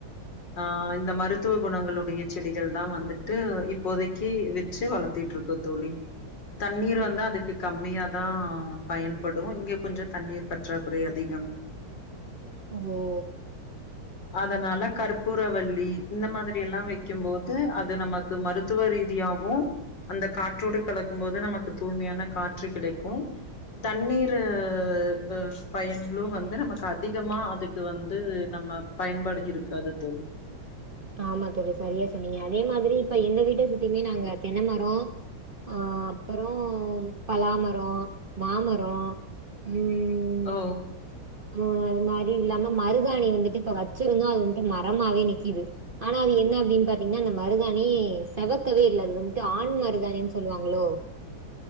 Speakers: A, on the left; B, on the right.
A: அஹ் இந்த மருத்துவ குணங்களுடைய செடிகள்தா வந்துட்டு இப்போதைக்கு வச்சு வளர்த்துட்டு இருக்கோ தோழி தண்ணீர்
B: ஓ
A: வந்து அதுக்கு கம்மியாதா பயன்படு இங்க கொஞ்சொ தண்ணீர் பற்றாக்குறை அதிகம்
B: குவோ
A: அதனால கற்பூரவல் ல்லி இந்த மாதிரில்லா வைக்கும் போது அது நமக்கு மருத்துவ ரீதியாவு அந்த காற்றோடு கலக்கும் போது நமக்கு தூய்மையான காற்று கிடைக்கு தண்ணீர் ஹ பயன்களும் வந்து நமக்கு அதிகமா அதுக்கு வந்து நம்ம பயன்பாடு இருக்காது தோழி
B: ஆமா தோழி சரியா சொன்னீங்க அதே மாதிரி இப்ப எங்க வீட்டை சுத்தியுமே நாங்க தென்ன மரொ ஆ அப்பறொ பலாமரொ மாமரொ உம்
A: ஓ
B: <unintelligible> மாரி இல்லாம மரு மருதாணி வந்துட்டு இப்ப வச்சிருந்தோ அது வந்துட்டு மரமாவே நிக்கிது ஆனா அது என்ன அப்படின்னு பாத்தீங்கன்னா அந்த மருதாணி செவக்கவே இல்ல அது வந்துட்டு ஆண் மருதாணின் சொல்லுவாங்களோ